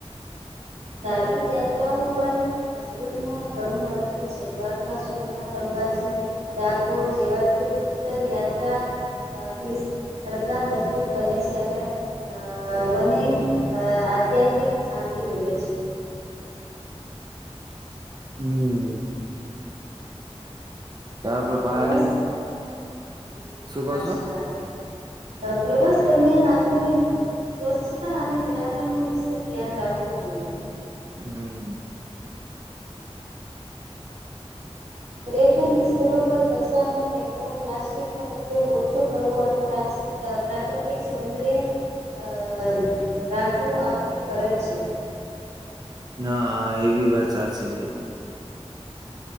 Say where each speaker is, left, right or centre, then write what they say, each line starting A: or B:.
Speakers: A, on the right (about 85°); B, on the right (about 40°).
A: ધાર્મિક યાત્રાઓ પણ જીવનમાં ઘણું મહત્ત્વ છે દ્વારકા, સોમનાથ, અંબાજી ડાકોર જેવા તીર્થસ્થલ યાત્રાથી. શ્રદ્ધા મજબૂત બને છે અને અ મને અ આધ્યાત્મિક શાંતિ મિલે છે.
B: હમ્મ. જાય
A: અ
B: પણ
A: પ્રવાસ
B: પહાડી
A: હમ,
B: શું
A: સાચી
B: કહો છો
A: વાત પ્રવાસ દરમિયાન આપણે સ્વચ્છતા અને પર્યાવરણનું વિશેષ ધ્યાન રાખવું જોઈએ.
B: હમ્મ.
A: પર્યટન સ્થળો પર કચરા ન ફેંકવો પ્લાસ્ટ પ્લાસ્ટિકનો ઉપયોગ ઓછો કરવો અને પ્રાસ પ્રાકૃતિક સૌંદર્ય અ રાખવું આપણી ફરજ છે.
B: ના એવી વાત સાચી છે.